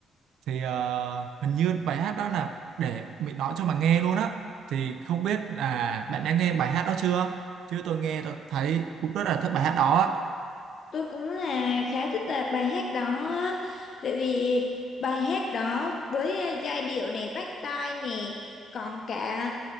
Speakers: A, on the right; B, on the left.
A: thì ờ, hình như bài hát đó là để mình nói cho mà nghe luôn á thì không biết là bạn đã nghe bài hát đó chưa chứ tôi nghe tôi thấy cũng rất là thích bài hát đó á.
B: tôi cũng là khá thích là bài hát đó á. tại vì bài hát đó với à, giai điệu này bắt tai nè, còn cả